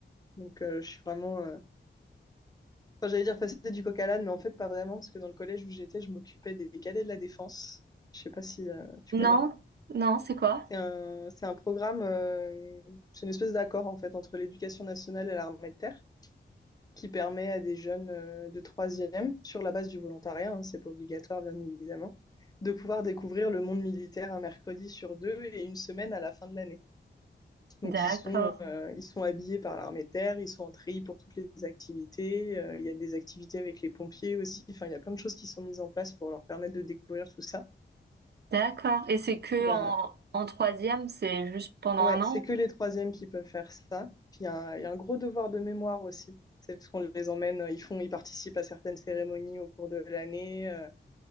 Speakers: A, on the left; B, on the right.
A: Donc, euh, je suis vraiment... euh, Enfin, j'allais dire passer du coq à l'âne, mais en fait, pas vraiment, parce que dans le collège où j'étais, je m'occupais des cadets de la défense. Je sais pas si euh, tu
B: Non,
A: connais.
B: non, c'est quoi?
A: C'est un, c'est un programme, euh, c'est une espèce d'accord, en fait, entre l'éducation nationale et l'armée de terre. qui permet à des jeunes euh, de troisième, sur la base du volontariat, hein, c'est pas obligatoire bien évidemment, de pouvoir découvrir le monde militaire un mercredi sur deux et une semaine à la fin de l'année. Donc
B: D'accord,
A: ils sont, euh, ils sont habillés par l'armée de terre, ils sont en treillis pour toutes les activités, euh, il y a des activités avec les pompiers aussi, enfin il y a plein de choses qui sont mises en place pour leur permettre de découvrir tout ça.
B: d'accord. Et c'est que
A: Il y
B: en,
A: a...
B: en troisième, c'est juste pendant
A: Ouais,
B: un an?
A: c'est que les troisièmes qui peuvent faire ça. Puis il y, a un, il y a un gros devoir de mémoire aussi. C'est parce qu'on les emmène, ils font, ils participent à certaines cérémonies au cours de l'année. euh,